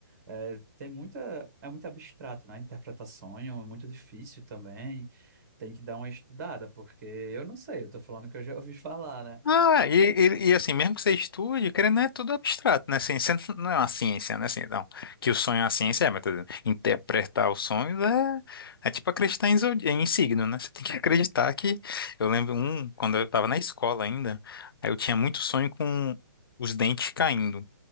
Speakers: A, on the right; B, on the left.
A: É, tem muita, é muito abstrato, né? Interpretar sonho é muito difícil também. Tem que dar uma estudada, porque eu não sei, eu tô falando que eu já <laughs> ouvi falar, né?
B: Ah, e, e, e assim, mesmo que você estude, querendo, ou não, é tudo abstrato, né? Ciência não é uma ciência, né? Assim, não. Que o sonho é uma ciência, é, mas tô dizendo, interpretar os sonhos é, é tipo acreditar em, zodi- em signo, né? Você tem que acreditar que. Eu lembro um, quando eu tava na escola ainda, aí eu tinha muito sonho com os dentes caindo.